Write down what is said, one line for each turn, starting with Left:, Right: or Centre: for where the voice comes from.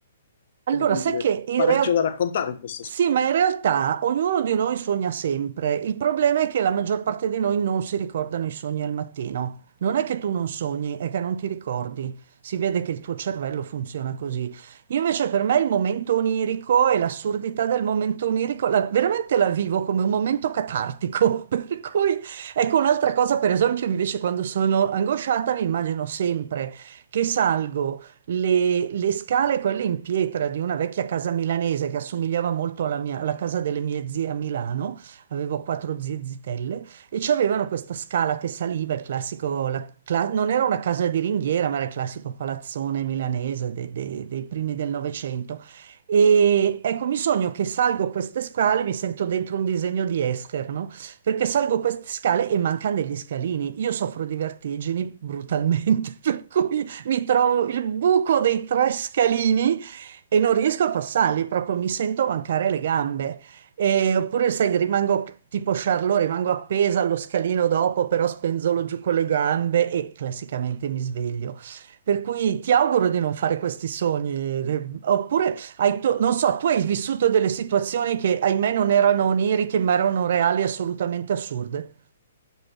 Right: Allora,
Left: come dire,
Right: sai che in
Left: parecchio
Right: realtà
Left: da raccontare in questo
Right: sì, ma in realtà ognuno di noi sogna sempre. Il problema è che la maggior parte di noi non si ricordano i sogni al mattino. Non è che tu non sogni, è che non ti ricordi. Si vede che il tuo cervello funziona così. Io invece per me il momento onirico e l'assurdità del momento onirico la- veramente la vivo come un momento catartico. <laughs> Per cui ecco un'altra cosa, per esempio, invece quando sono angosciata mi immagino sempre che salgo le, le scale, quelle in pietra di una vecchia casa milanese che assomigliava molto alla mia- alla casa delle mie zie a Milano, avevo quattro zie zitelle, e c'avevano questa scala che saliva, il classico, la cla- non era una casa di ringhiera, ma era il classico palazzone milanese de- de- dei primi del Novecento. E ecco, mi sogno che salgo queste scale, mi sento dentro un disegno di Escher, no? Perché salgo queste scale e mancano degli scalini. Io soffro di vertigini brutalmente, <laughs> per cui mi trovo il buco dei tre scalini e non riesco a passarli, proprio mi sento mancare le gambe. E- oppure, sai, rimango tipo Charlot, rimango appesa allo scalino dopo, però spenzolo giù con le gambe e classicamente mi sveglio. Per cui ti auguro di non fare questi sogni, eh, oppure hai tu- non so, tu hai vissuto delle situazioni che ahimè non erano oniriche, ma erano reali, assolutamente assurde.